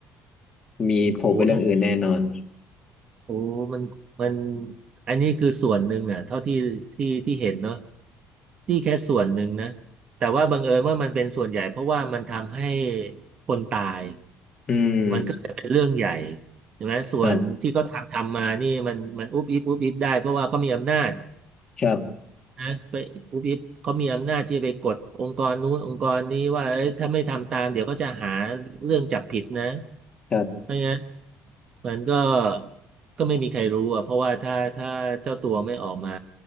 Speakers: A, on the left; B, on the right.
A: มีโผล่ไปเรื่องอื่นแน่นอน
B: โอ้ย โอ้มันมันอันนี้คือส่วนหนึ่งอ่ะเท่าที่ที่ที่เห็นเนาะที่แค่ส่วนหนึ่งนะ แต่ว่าบังเอิญว่ามันเป็นส่วนใหญ่เพราะว่ามันทำให้คนตาย
A: อืม
B: มันก็เลยเป็นเรื่องใหญ่ใช่ไหมส่วนที่เขาทำทำมานี่มันมันอุ๊บอิ๊บอุ๊บอิ๊บได้เพราะว่าเขามีอำนาจ
A: ครับครับ
B: นะไปผู้พิพเขามีอำนาจที่จะไปกดองค์กรนู้นองค์กรนี้ว่าเอ้ยถ้าไม่ทำตามเดี๋ยวก็จะหาเรื่องจับผิดนะ
A: ครับ
B: ไม่งั้นมันก็ก็ไม่มีใครรู้อ่ะเพราะว่าถ้าถ้าเจ้าตัวไม่ออกมา